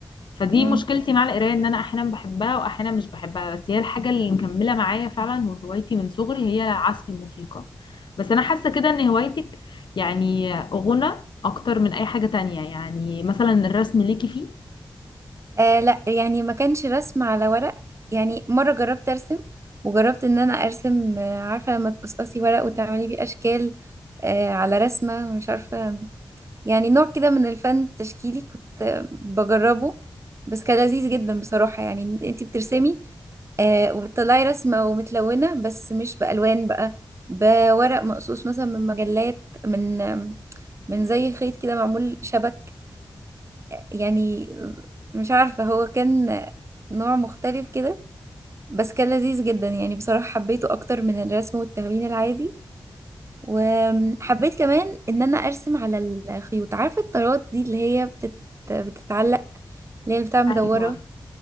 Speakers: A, on the left (about 75°); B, on the right (about 35°).
A: فدي
B: امم
A: مشكلتي مع القرايه ان انا احيانا بحبها واحيانا مش بحبها بس هي الحاجه اللي مكمله معايا فعلا وهوايتي من صغري هي عزف الموسيقى بس انا حاسه كده ان هوايتك يعني غنى اكتر من اي حاجه تانية يعني مثلا الرسم ليكي فيه
B: آه لا يعني ما كانش رسم على ورق يعني مرة جربت ارسم وجربت ان انا ارسم آه، عارفة لما تقصقصي ورق وتعملي بيه اشكال آه على رسمة مش عارفة يعني نوع كده من الفن التشكيلي كنت بجربه بس كان لذيذ جدا بصراحة يعني إن انتي بترسمي آه وبتطلعي رسمة ومتلونة بس مش بألوان بقى بورق مقصوص مثلا من مجلات من من زي خيط كده معمول شبك يعني مش عارفة هو كان نوع مختلف كده بس كان لذيذ جدا يعني بصراحة حبيته أكتر من الرسم والتلوين العادي وحبيت كمان ان انا ارسم على الخيوط عارفه الطرات دي اللي هي بتت... بتتعلق اللي هي بتاع مدوره
A: ايوه